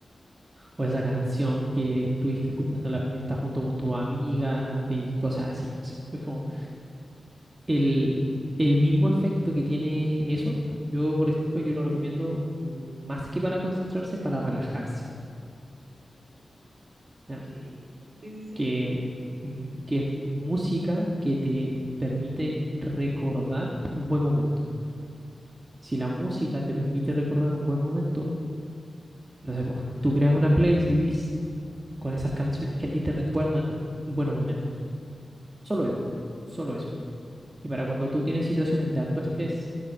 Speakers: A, on the right; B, on the right.
A: o esa canción que estuviste escuchando en la fiesta junto con tus amigas y cosas así, no sé. Es como el, el mismo efecto que tiene eso, yo por ejemplo, yo lo recomiendo más que para concentrarse, para relajarse,
B: Ok.
A: ¿ya?
B: Sí, sí, sí.
A: Que, mm, que es música que te permite recordar un buen momento. Si la música te permite recordar un buen momento, no sé, pues, tú creas una playlist con esas canciones que a ti te recuerdan buenos momentos. Solo eso, solo eso. Y para cuando tú tienes situaciones de alto estrés